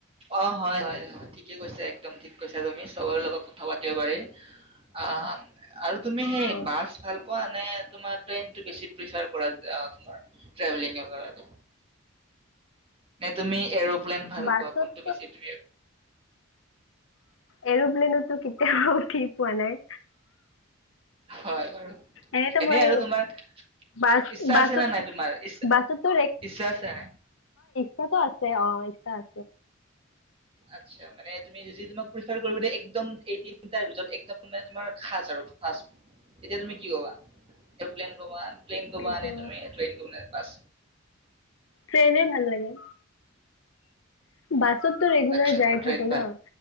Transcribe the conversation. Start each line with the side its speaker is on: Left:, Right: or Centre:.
Right: অ' হয় হয় হয় ঠিকে কৈছো একদম ঠিক কৈছা তুমি চবৰে লগত কথা পাতিব পাৰি অ' আৰু তুমি সেই
Left: হয়
Right: বাছ ভাল। ভাল পোৱা নে তোমাৰ ট্ৰেইন বেছি পেছাত পোৱা তোমাৰ ট্ৰেভেলিং কাৰণে তুমি <unintelligible> পলেন ভাল পোৱা
Left: পাছত
Right: কোনটো বেছি তুমি
Left: এৰপ্লেনত টো কেতিয়াও উঠি পোৱা নাই।
Right: হয় বাৰু
Left: এনেতো
Right: এনেই
Left: মই
Right: আৰু তোমাৰ
Left: বাছ
Right: ইচ্ছা
Left: বাছত
Right: আছে নে নাই তোমাৰ ইচছ
Left: বাছতো
Right: ইচ্ছা আছে নাই?
Left: তটো আছে। অ ইচছা আ
Right: আছা মানে তুমি যদি তোমাক প্ৰেছৰ কৰিবিয় একম এই তিনিটা ভিতৰত খাছ আৰু খাছ তেতিয়া তুমি কি কবা এ্লেনা, প্লেন কোবোৱানে
Left: এইটো
Right: তুমি প্লেন কৰা বাছ
Left: ট্ৰেইনে ভাল লাগে, বাছতো ৰেগুলাৰ
Right: আচ্ছা
Left: যায়
Right: তোমাৰ ট্ৰেইন
Left: থাকো ন,